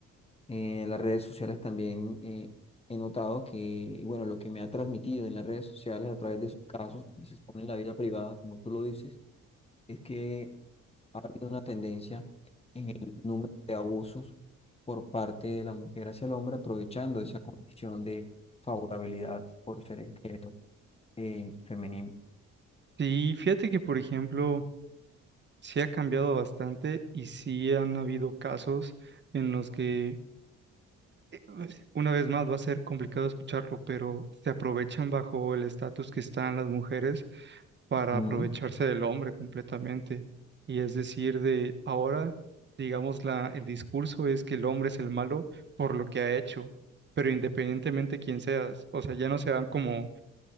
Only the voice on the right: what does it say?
Sí, fíjate que, por ejemplo, sí ha cambiado bastante y sí han habido casos en los que, eh, una vez más, va a ser complicado escucharlo, pero se aprovechan bajo el estatus que están las mujeres para
aprovecharse del hombre completamente. Y es decir, de ahora, digamos, la, el discurso es que el hombre es el malo por lo que ha hecho, pero independientemente quién seas, o sea, ya no se van como,